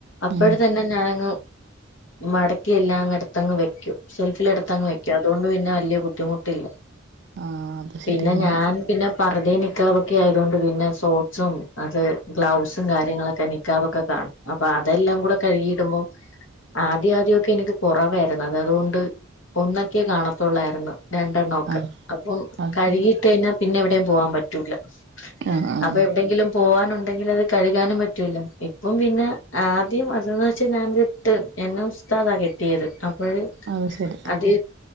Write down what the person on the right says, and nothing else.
ഉം
ആ. അത് ശെരി
അങ്ങനെ.
ആഹ്
അത്
ശരി
ആഹ് ആഹ്
അത് ശരി